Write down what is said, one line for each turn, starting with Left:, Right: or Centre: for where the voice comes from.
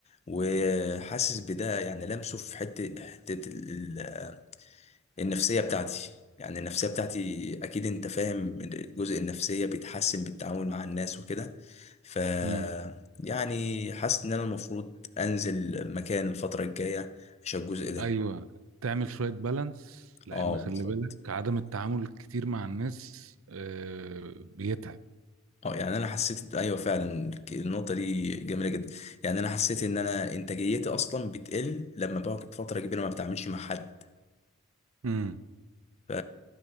Left: وحاسس بده يعني لمسه في حتة حتة ال- النفسية بتاعتي يعني النفسية بتاعتي أكيد أنت فاهم الجزء النفسية بيتحسن بالتعامل مع الناس وكده ف
Right: امم
Left: يعني حاسس إن أنا المفروض أنزل مكان الفترة الجاية عشان الجزء ده
Right: ايوه تعمل شويه بالانس لان
Left: اه
Right: خلي
Left: بالظبط
Right: بالك عدم التعامل الكتير مع الناس آه بيتعب
Left: اه يعني انا حسيت ايوه فعلا النقطه دي جميله جدا يعني انا حسيت ان انا انتاجيتي اصلا بتقل لما بقعد فتره كبيره ما بتعاملش مع حد
Right: امم
Left: ف